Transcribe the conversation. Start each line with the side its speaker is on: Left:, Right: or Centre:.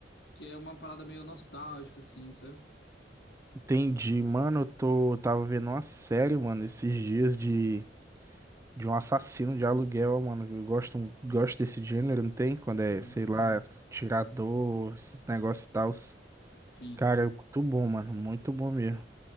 Left: que é uma parada meio nostálgica, assim, sabe?
Right: Entendi, mano. Eu tô. eu Tava vendo uma série, mano, esses dias de. De um assassino de aluguel, ó, mano. Eu gosto, gosto desse gênero, não tem? Quando é,
Left: Uhum.
Right: sei lá, tirador, esses negócios e tal.
Left: Sim.
Right: Cara, é muito bom, mano. Muito bom mesmo.